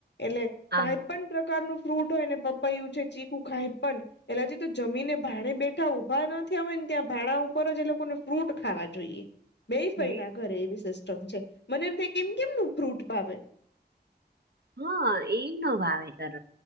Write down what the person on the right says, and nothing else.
આ
હા
હે
હા, એમ ન ભાવે કર